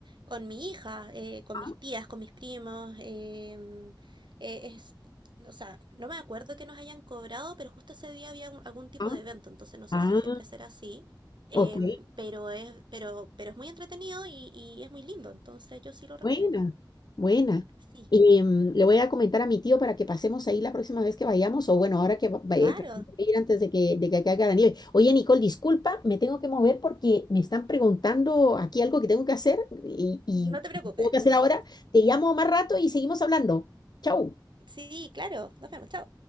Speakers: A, on the right; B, on the left.
A: con mi hija, eh, con
B: ajá,
A: mis tías, con mis primos. em, eh, es, o sea, no me acuerdo que nos hayan cobrado, pero justo ese día había un- algún tipo
B: ajá.
A: de evento, entonces no sé
B: Ah,
A: si siempre será así. em,
B: ok,
A: pero es, pero, pero es muy entretenido y, y es muy lindo, entonces yo sí lo recomiendo.
B: buena, buena.
A: Sí,
B: Y, mm, le voy a comentar a mi tío para que pasemos ahí la próxima vez que vayamos, o bueno, ahora que va- va-
A: claro,
B: eh, tratemos de ir antes de que, de que caiga la nieve. Oye, Nicole, disculpa, me tengo que mover porque me están preguntando aquí algo que tengo que hacer y, y
A: no te preocupes.
B: tengo que hacer ahora. Te llamo más rato y seguimos hablando. Chau.
A: Sí, claro, nos vemos, chao.